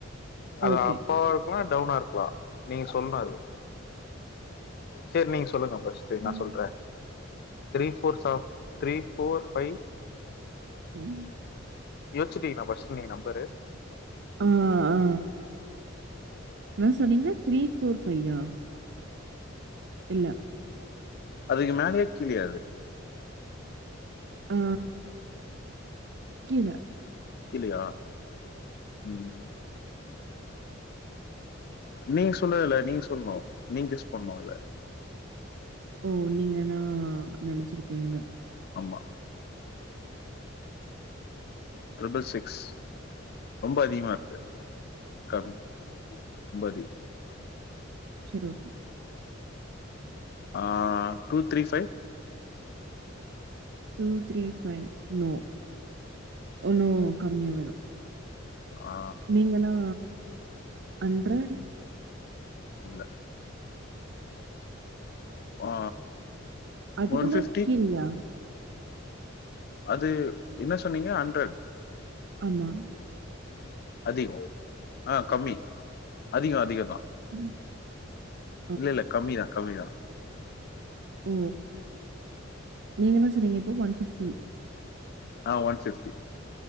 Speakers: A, on the left; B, on the right.
A: அத
B: ஓகே
A: அப்போ லா டவுனா இருக்லா நீங்க சொன்ன அது சேரி நீங்க சொல்லுங்க ஃபர்ஸ்ட்டு நா
B: ம்.
A: சொல்ற த்ரீ ஃபோர்ஸா த்ரீ ஃபோர் ஃபைவ்
B: ம்
A: யோச்சிட்டீங்ளா ஃபஸ்ட் நீங்க நம்பரு
B: ஆ ஆ என்ன சொன்னீங்க த்ரீ ஃபோர் ஃபையா? இல்ல
A: அதுக்கு மேலயா கீழயா அது?
B: ஆ கீழ
A: கீழயா உம் நீங்க சொல்லவே இல்ல நீங்க சொல்ணு நீங்க கெஸ் பண்ணுல்ல
B: ஓ நீங்க என்னா நெனச்சிருக்கீங்கன்னு
A: அம்மா ட்ரிபுள் சிக்ஸ் ரொம்ப அதிகமா இருக்கு கம் ரொம்ப அதி
B: சேரி ஓகே
A: ஆ two three five
B: two three five no ஒன்னூ கம்மியா வேணு
A: ஆ
B: நீங்கதா அண்ட்ரட்
A: இல்ல ஆ
B: அதிகமா
A: ஒன் ஃபிஃப்டி
B: கீழயா?
A: அது என்ன சொன்னீங்க அண்ட்ரட்
B: ஆமா
A: அதிகோ ஆ கம்மி அதிகோ அதிகோ தா
B: ம்
A: இல்லல்லே கம்மிதா கம்மிதா
B: ஓ நீங்க என்ன சொன்னீங்க இப்போ ஒன் ஃபிஃப்டி
A: ஆ ஒன் ஃபிஃப்டி